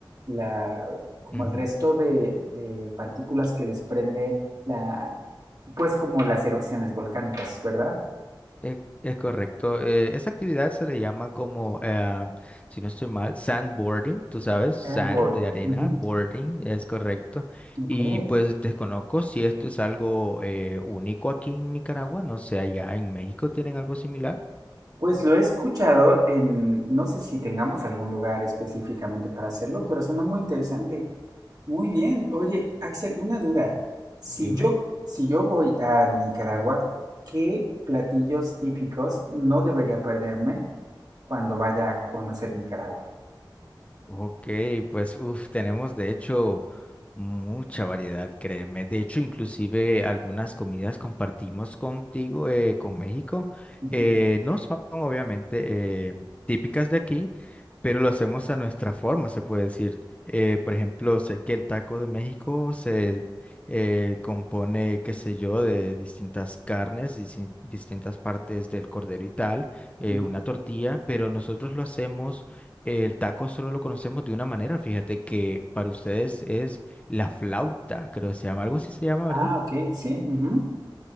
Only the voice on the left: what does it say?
Ujú.
Es, es correcto. Eh, esa actividad se le llama como, eh, si no estoy mal, sandboarding, tú sabes, sand
de arena,
boarding, es correcto.
Y pues desconozco si esto es algo eh, único aquí en Nicaragua, no sé, allá en México tienen algo similar,
dime.
Ok, pues uf, tenemos de hecho mucha variedad, créeme. De hecho, inclusive algunas comidas compartimos contigo, eh, con México.
Eh, no son obviamente eh, típicas de aquí, pero lo hacemos a nuestra forma, se puede decir. Eh, por ejemplo, sé que el taco de México se eh, compone, qué sé yo, de distintas carnes, distin- distintas partes del cordero y tal, eh,
una tortilla, pero nosotros lo hacemos el taco solo lo conocemos de una manera, fíjate que para ustedes es la flauta, creo que se llama, algo así se llama,
¿verdad?